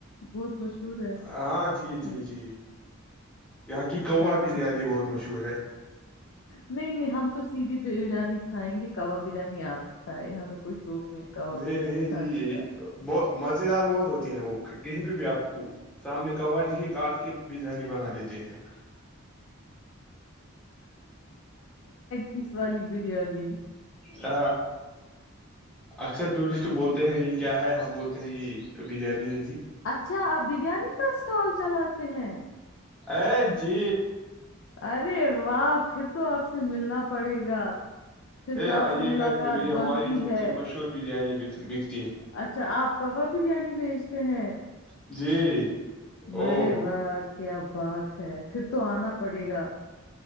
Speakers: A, on the left (about 60°); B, in the centre.
A: بہت مشہور ہے
B: ہاں جی جی
A: ہاں،
B: جی یہاں کی
A: اچھا
B: کوا بریانی بہت مشہور ہے
A: نہیں نہیں ہم تو سیدھی بریانی کھائیں گے کاب بریانی آپ ہی کھائے ہمیں کوئی شوق ہے کباب
B: نہیں
A: بریانی
B: نہیں
A: کھانے
B: جی یہی
A: کا
B: ب مز دار بہت ہوتی ہیں وہ کہیں پہ بھی آپ کو سامنے کہوا دے کاٹ کے بریانی بنا دیتے ہیں
A: پس والی بریانی
B: ہ اکثر ٹورسٹ بولتے ہیں یہ کیا ہے ہم بولتے ہیں یہ بریانی ہے جی
A: اچھا بریانی کا اسٹال چلاتے ہیں
B: ا جی
A: ارے واہ پھر تو آپ سے ملنا پڑے گا پھر
B: ا
A: تو آپ
B: آئیے
A: سے ملاقات
B: گا کبھی
A: بنتی
B: ہماری سب
A: ہے
B: سے مشہور بریانی <inaudible>
A: اچھا آپ کاں بریانی بھیج تو ہ
B: جی
A: مرے
B: او
A: وا کیا بات ہے پھر تو آنا پڑے گا